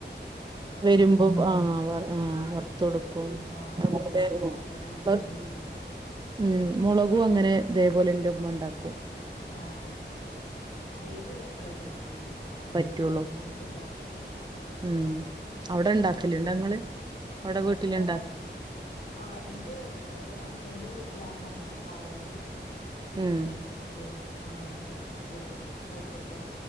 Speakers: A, on the right; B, on the left.
A: വരുമ്പോ
B: എടുത്ത് കൊടുക്കാം
A: ആ വർ ആ വർത്തൊടുക്കും
B: മുളകോ
A: <unintelligible>
B: പപ്പടോ എന്തേലും കൂട്ടുമ്പോ
A: ഉം മുളകും അങ്ങനെ തേപോലെന്റെ മ്മണ്ടാക്കും
B: ആഹ് വെയിലുള്ളപ് പ്പഴേപറ്റ് പറ്റൂല്ലേ
A: പറ്റുള്ളൂ
B: ഇനിയിപ്പ പറ്റില്യാ-
A: ഉം- അവിടെ ഉണ്ടാക്കലുണ്ടോ
B: മഴ
A: ഇങ്ങള് അവിടെ
B: ബഡേ
A: വീട്ടില് ഇണ്ടാക്ക
B: ആ ഇന്റെ ഹസ്ബന്റെ വീട്ടില് അമ്മ ഇണ്ടാക്ക പയറും പിന്നെ
A: ഉം
B: മറ്റേ ആ അതേപോലെ കൈപ്പക്ക